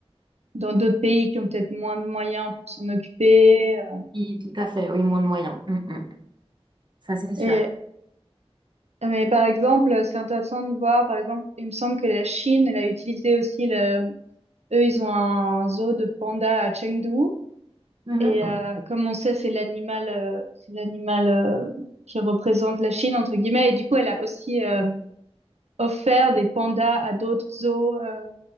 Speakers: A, on the right (about 85°); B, on the right (about 45°).
A: dans d'autres pays qui ont peut-être moins de moyens pour s'en occuper. euh.
B: oui, tout à fait, oui, moins de moyens. Mm, mm. Ça, c'est sûr.
A: Et, mais par exemple, c'est intéressant de voir, par exemple, il me semble que la Chine, elle a utilisé aussi le, eux, ils ont un zoo de pandas à Chengdu.
B: Mhm.
A: Et euh, comme on sait, c'est l'animal, euh, c'est l'animal euh, qui représente la Chine entre guillemets. Et du coup, elle a aussi euh, offert des pandas à d'autres zoos euh,